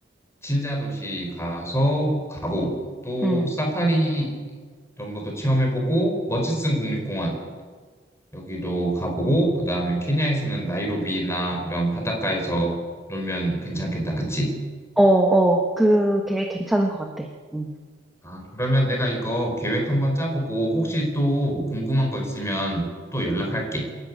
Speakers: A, on the left; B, in the centre.
A: 진자 도시 가서 가고, 또
B: 응.
A: 사파리 이런 것도 체험해보고, 머치슨 국립공원 여기도 가보고, 그 다음에 케냐에서는 나이로비나 이런 바닷가에서 놀면 괜찮겠다, 그치?
B: 어, 어. 그게 괜찮은 것 같아. 응,
A: 아, 그러면 내가 이거 계획 한번 짜보고 혹시 또 궁금한 거 있으면 또 연락할게.